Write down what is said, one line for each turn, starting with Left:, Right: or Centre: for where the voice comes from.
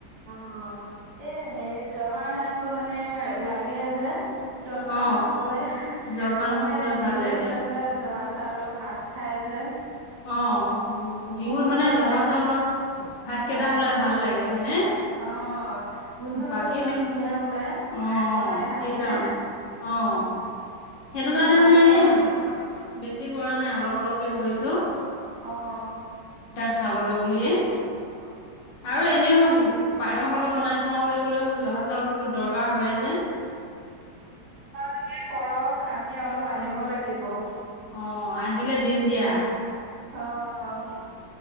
Right: অ' এই হেৰি জহা ধানটো মানে লাগে যে জলপান
Left: অ
Right: খাবলৈ
Left: জলপান
Right: নহ'লে
Left: খাবলৈ
Right: বিহুত
Left: ভাল লাগে
Right: হ'লে যে জহা চাউলৰ ভাত খায় যে
Left: অ' বিহুত
Right: সকলোৱে
Left: মানে জহা চাউলৰ ভাত কেইটা
Right: অ',
Left: হ'লে ভাল লাগে হয়নে?
Right: অ' গোন্ধটো
Left: বাকী
Right: ইমান
Left: দিন
Right: ধুনীয়া ওলাই
Left: অ', -অ'
Right: বনাই থাকোতে
Left: অ সেইকাৰণে অ' সেইটো কাৰণে
Right: মই ভাল
Left: মানে
Right: পাওঁ
Left: এই
Right: আকৌ
Left: বেছি কৰা নাই অলপ, অলপকে কৰিছো ।
Right: অ'হ।
Left: খাবলৈ বুলিয়ে
Right: অ' ।
Left: আৰু এনেও পায়স অলপ বনাই খাওঁ বুলি ক'লেও জহা চাউলতো দৰকাৰ হয়ে যে
Right: <unintelligible> কৰক আমি অলপ আনিব লাগিব ।
Left: অ আহিলে দিম দিয়া ।
Right: অ'উ।